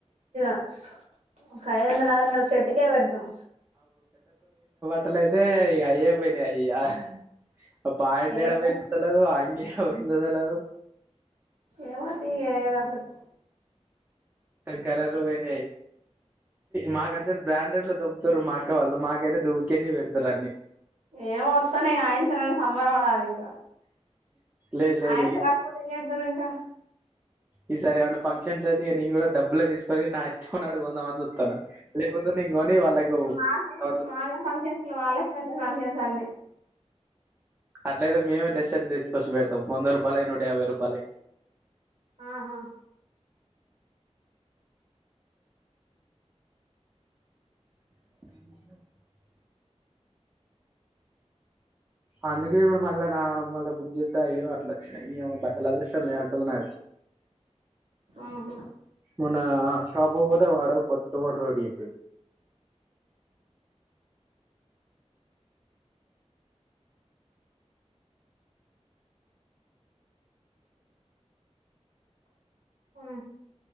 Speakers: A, on the right (about 80°); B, on the right (about 20°).
A: అస్ ఒక కఐదుంద నాలందర చెటుకే పెడదం
B: మట్టల అయితే అయ అయ్యే పరి అయ్యా అ ప్యాంట్
A: ఏదో
B: యాడ పోయందు <unintelligible> <unintelligible> ఎందుకు తెల్వదు
A: ఎవ తీదకటి
B: కలర్ వర మాక అంత బ్రాండెడ్ లో దబ్ ఇరు మాక్క వాల్ మా యితే డుబ్కెటి పెడుతరన్ని
A: ఏం వస్తానే ఆయనంత నాక్ సంబంధమ్ లెద్ ఇంకా
B: లేదు లేదు
A: ఆయసరక్పోదు
B: ఈ
A: ఇం అద్దరు ఇంకా
B: ఈ సారివన్ ఫంక్షన్స్ అయితే ఈ నంగ్ం కూడా డబ్ులే తీసుకొని నా ఇస్ కొ వస్తాను లేకపోతే నం కొని వాళ్ళకుాను
A: ఇక మాకే మాకే ఫంక్షన్స్ లో వాళ్ళకే ఉంటాయి ఫంక్షన్స్ అన్ని
B: అట్లయితే మేమ ెస్సైలు తీసుకొచ్చి పెడతాం వంద రూపాయలు నూట యాభై రూపాయ
A: ఆహా
B: అ అందుకే ఇప్పుడు మళ్ళా నా మళ్ళీ బు్ చేస్తాయ్యో అట్లా వచ్చినాయి బట్టల అదృశ్యం లే అంటుంది నా
A: ఆహా
B: మన ాబ బధా వాడ ఫో ఫ రడిపి
A: అ